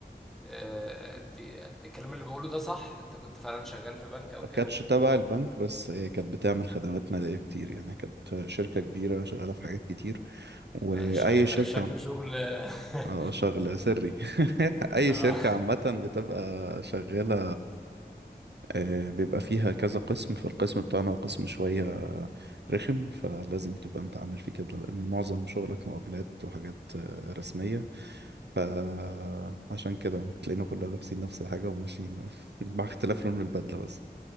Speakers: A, in the centre; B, on the right.
A: آه، دي دي الكلام اللي بقوله ده صح انت كنت فعلا شغال في بنك او
B: ما
A: كده
B: كانتش تبع البنك بس هي كانت بتعمل خدمات مالية كتير يعني كانت شركة كبيرة شغالة في حاجات كتير وأي
A: آه، شغ-
B: شركة
A: شكله شغل <laughs>
B: اه شغلة سري <laughs> أي
A: آه.
B: شركة عامة بتبقى شغالة آه، بيبقى فيها كذا قسم فالقسم بتاعنا قسم شوية رخم فلازم تبقى أنت عامل فيه كده لأن معظم شغلك مقابلات وحاجات آه، رسمية فعشان كده تلاقينا كلنا لابسين نفس الحاجة وماشيين <laughs> مع اختلاف لون البدلة